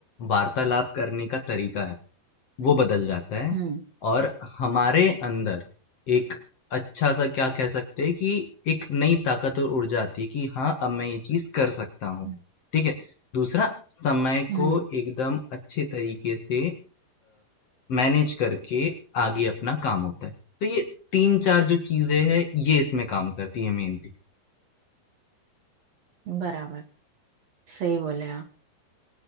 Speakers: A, on the left (about 50°); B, on the right (about 55°).
A: वार्तालाप करने का तरीका है वो बदल जाता है
B: हम्म
A: और हमारे अंदर एक अच्छा सा क्या कह सकते हैं कि एक नई ताकत और ऊर्जा आती है कि हाँ अब मैं ये चीज कर सकता हूँ
B: हम्म,
A: ठीक है दूसरा समय
B: हम्म
A: को एकदम अच्छे तरीके से मैनेज करके आगे अपना काम होता है तो ये तीन चार जो चीजें हैं ये इसमें काम करती है मेनली
B: हम्म, बराबर सही बोले आप